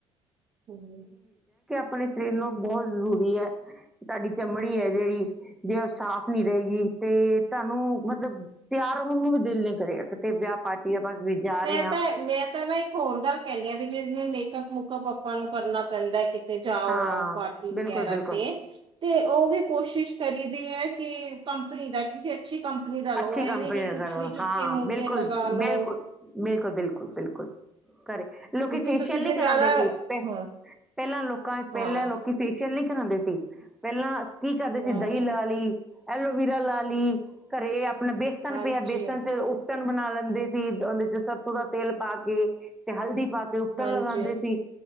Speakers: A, on the right; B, in the centre.
A: ਹੂੰ।
B: ਆਪਨੇ ਸਰੀਰ ਨੂੰ ਬਹੁਤ ਜ਼ਰੂਰੀ ਐ, ਤੁਹਾਡੀ ਚਮੜੀ ਹੈ ਜਿਹੜੀ ਜੇ ਉਹ ਸਾਫ਼ ਨੀ ਰਹੇਗੀ, ਤੇ ਤੁਹਾਨੂੰ ਮਤਲਬ ਤਿਆਰ ਹੋਣ ਨੂੰ ਵੀ ਦਿਲ ਨੀ ਕਰੇਗਾ, ਕਿਤੇ ਵਿਆਹ, ਪਾਰਟੀ ਆਪਾਂ ਜਾ
A: ਮੈਂ
B: ਰਹੇ ਹਾਂ
A: ਤਾਂ ਮੈਂ, ਤਾਂ ਨਾ ਹੋਰ ਗੱਲ ਕਹਿੰਦੇ ਆ ਵੀ ਜੇ ਮੇਕਅਪ ਮੁੂਕਅਪ ਆਪਾਂ ਨੂੰ ਕਰਨਾ ਪੈਂਦਾ ਐ। ਕਿਤੇ ਜਾਓ
B: ਹਾਂ
A: ਆਓ ਪਾਰਟੀ
B: ਬਿਲਕੁਲ
A: ਵਗੈਰਾ
B: ਬਿਲਕੁਲ
A: ਤੇ। ਤੇ ਉਹ ਵੀ ਕੋਸ਼ਿਸ਼ ਕਰੀਦੀ ਹੈ ਕਿ ਕੰਪਨੀ ਦਾ ਕਿਸੇ ਅੱਛੀ ਕੰਪਨੀ ਦਾ ਲਓ।
B: ਅੱਛੀ
A: ਐਵੇਂ
B: ਕੰਪਨੀ
A: ਨਹੀਂ
B: ਦਾ
A: ਕੁਛ
B: ਕਰੋ
A: ਵੀ ਚੁੱਕ
B: ਹਾਂ
A: ਕੇ ਮੂੰਹ
B: ਬਿਲਕੁਲ
A: ਤੇ ਲਗਾ ਲਓ।
B: ਬਿਲਕੁਲ ਬਿਲਕੁਲ ਬਿਲਕੁਲ ਬਿਲਕੁਲ ਕਰੇ। ਲੋਕੀ
A: ਕਿਉਂਕਿ
B: ਫੇਸ਼ੀਅਲ
A: ਤੁਸੀਂ
B: ਨੀ
A: ਜੇ
B: ਕਰਾਉਂਦੇ
A: ਜ਼ਿਆਦਾ
B: ਸੀ।
A: ਹਾਂ
B: ਪਹਿਲਾਂ ਲੋਕਾਂ ਪਹਿਲਾਂ
A: ਹਾਂ
B: ਲੋਕ ਕਿ ਫੇਸ਼ੀਅਲ ਨਹੀਂ ਕਰਾਉਂਦੇ ਸੀ। ਪਹਿਲਾਂ ਕੀ ਕਰਦੇ ਸੀ
A: ਹਾਂ
B: ਦਹੀਂ ਲਾ ਲਈ। ਐਲੋਵੀਰਾ ਲਾ ਲਈ। ਘਰੇ ਆਪਣਾ ਬੇਸਨ
A: ਹਾਂਜੀ
B: ਪਿਆ ਬੇਸਣ ਚ ਉਹ ਉਬਟਨ ਬਣਾ ਲੈਂਦੇ ਸੀ ਉਹਦੇ ਚ ਸਰਸੋਂ ਦਾ ਤੇਲ ਪਾ ਕੇ ਤੇ ਹਲਦੀ ਪਾ ਤੇ ਉਬਟਨ
A: ਹਾਂਜੀ
B: ਲਗਾਉਂਦੇ ਸੀ